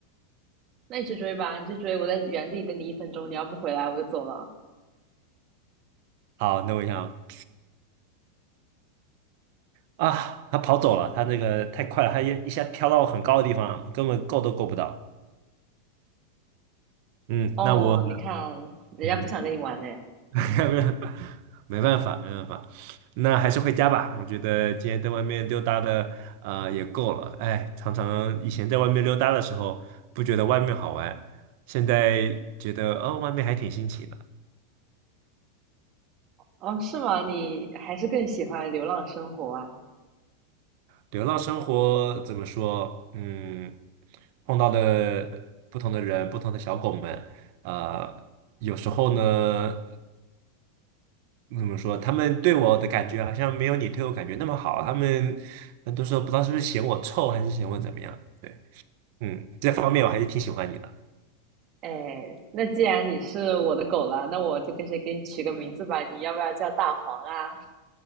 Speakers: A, on the right (about 40°); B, on the right (about 60°).
A: 那你去追吧，你去追，我在原地等你一分钟，你要不回来我就走了。
B: 好，那我想啊，他跑走了，他那个太快了，他一一下跳到很高的地方，根本够都够不到。嗯，
A: 哦，
B: 那我
A: 你看人家不想跟你玩呢。
B: 嗯，<laughs> 没办法，没办法，那还是回家吧。我觉得今天在外面溜达的呃也够了。哎，常常以前在外面溜达的时候，不觉得外面好玩，现在觉得哦，外面还挺新奇的。
A: 哦，是吗？你还是更喜欢流浪生活啊？
B: 流浪生活怎么说？嗯，碰到的不同的人，不同的小狗们，呃，有时候呢，怎么说？他们对我的感觉好像没有你对我感觉那么好。他们很多时候不知道是不是嫌我臭，还是嫌我怎么样？对，嗯，这方面我还是挺喜欢你的，
A: 哎，那既然你是我的狗了，那我就给谁给你取个名字吧？你要不要叫大黄啊？